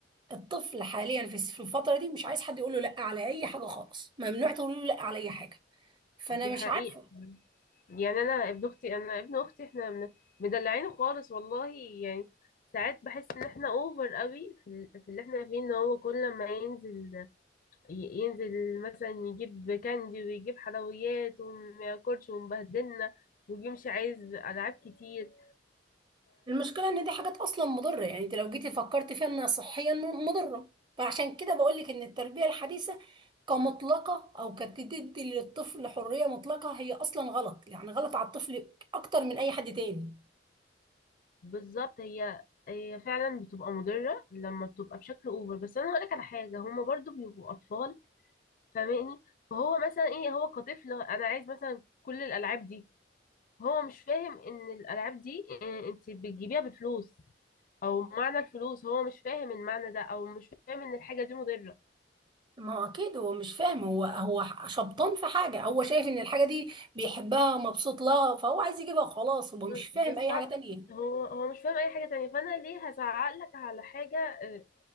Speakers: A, on the right (about 25°); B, on the left (about 50°).
A: الطفل حاليا في في الفترة دي مش عايز حد يقول له لا على أي حاجة خالص ممنوع تقول له لا على أي حاجة فأنا
B: دي حقيقة
A: مش عارفة
B: يعني انا ابن اختي انا ابن اختي احنا من- مدلعينه خالص والله يعني ساعات بحس ان احنا اوفر قوي في ال- في اللي احنا فيه ان هو كل ما ينزل ي- ينزل مثلا يجيب كاندي ويجيب حلويات وما ياكلش ومبهدلنا وبيمشي عايز العاب كتير
A: المشكلة إن دي حاجات أصلا مضرة يعني أنت لو جيتي فكرت فيها إنها صحيا مضرة فعشان كده بقولك إن التربية الحديثة كمطلقة أو كتدي للطفل حرية مطلقة هي أصلا غلط يعني غلط على الطفل أكتر من أي حد تاني
B: بالظبط هي هي فعلا بتبقى مضرة لما بتبقى بشكل اوفر بس انا هقولك على حاجة هما برضو بيبقوا اطفال فاهماني فهو مثلا ايه هو كطفل انا عايز مثلا كل الالعاب دي هو مش فاهم ان الالعاب دي إيه، انت بتجيبيها بفلوس او معنى الفلوس هو مش فاهم المعنى ده او مش فاهم ان الحاجة دي مضرة
A: ما هو أكيد هو مش فاهم هو هو شبطان في حاجة هو شايف إن الحاجة دي بيحبها مبسوط لها فهو عايز يجيبها وخلاص هو مش
B: ب-
A: فاهم
B: بالظبط
A: أي حاجة تانية
B: هو هو مش فاهم اي حاجة تانية فانا ليه هزعق لك على حاجة آه،